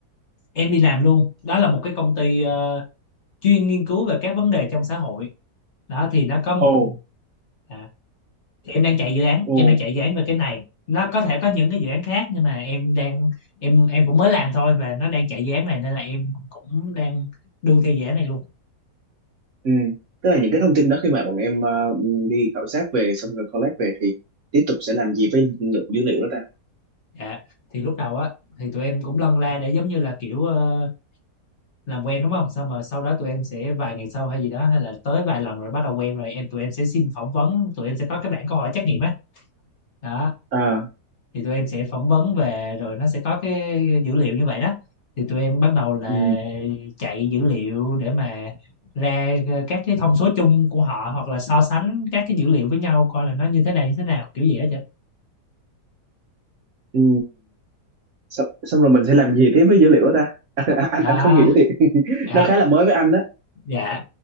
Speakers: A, on the left; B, on the right.
A: em đi làm luôn đó là một cái công ty ờ, chuyên nghiên cứu về các vấn đề trong xã hội đó thì nó có một
B: Ồ,
A: à, thì em đang chạy dự án
B: ồ.
A: em đang chạy dự án về cái này nó có thể có những cái dự án khác nhưng mà em đang em em cũng mới làm thôi và nó đang chạy dự án này nên là em cũng đang đu theo dự án này luôn
B: Ừ. Tức là những cái thông tin đó khi mà bọn em ờ, đi khảo sát về xong rồi collect về thì tiếp tục sẽ làm gì với lượng dữ liệu đó ta?
A: Dạ, thì lúc đầu á thì tụi em cũng lân la để giống như là kiểu ờ, làm quen đúng không? Xong mà sau đó tụi em sẽ vài ngày sau hay gì đó hay là tới vài lần rồi bắt đầu quen rồi em tụi em sẽ xin phỏng vấn, tụi em sẽ có cái bảng câu hỏi trắc nghiệm á. Đó,
B: À,
A: thì tụi em sẽ phỏng vấn về rồi nó sẽ có cái dữ liệu như vậy đó. Thì tụi em bắt đầu là
B: ừ,
A: chạy dữ liệu để mà ra ờ, các cái thông số chung của họ hoặc là so sánh các cái dữ liệu với nhau coi là nó như thế nào như thế nào kiểu gì hết vậy.
B: ừ. Xong, xong rồi mình sẽ làm gì tiếp với dữ liệu đó ta? <laughs> anh
A: Đó,
B: anh không hiểu thì <laughs>
A: dạ.
B: nó khá là mới với anh á.
A: Dạ,